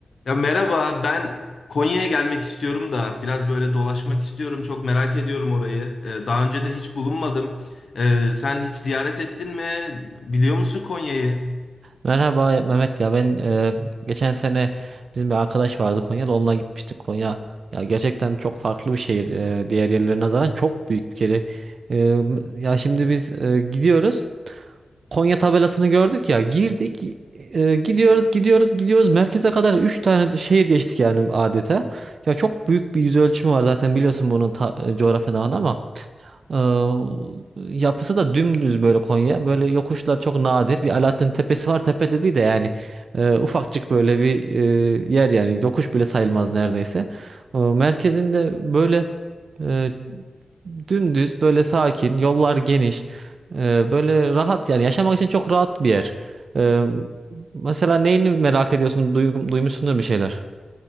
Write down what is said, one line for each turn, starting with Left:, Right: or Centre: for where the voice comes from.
Left: Ya merhaba, ben Konya'ya gelmek istiyorum da biraz böyle dolaşmak istiyorum. Çok merak ediyorum orayı. Ee, daha önce de hiç bulunmadım. Ee, sen hiç ziyaret ettin mi? Biliyor musun Konya'yı?
Right: Merhaba Mehmet ya ben e, geçen sene bizim bir arkadaş vardı Konya'da onunla gitmiştik Konya. Ya gerçekten çok farklı bir şehir e, diğer yerlere nazaran çok büyük bir kere. E, ya şimdi biz e, gidiyoruz. Konya tabelasını gördük ya girdik e, gidiyoruz gidiyoruz gidiyoruz merkeze kadar 3 tane de şehir geçtik yani adeta. Ya çok büyük bir yüz ölçümü var zaten biliyorsun bunu ta, e, coğrafyadan ama. Ee, yapısı da dümdüz böyle Konya. Böyle yokuşlar çok nadir. Bir Alaaddin Tepesi var. Tepe dediği de yani e, ufakçık böyle bir e, yer yani. Yokuş bile sayılmaz neredeyse. Ee, merkezinde böyle e, dümdüz böyle sakin. Yollar geniş. Ee, böyle rahat yani. Yaşamak için çok rahat bir yer. Ee, mesela neyini merak ediyorsun? Duygum- duymuşsundur bir şeyler.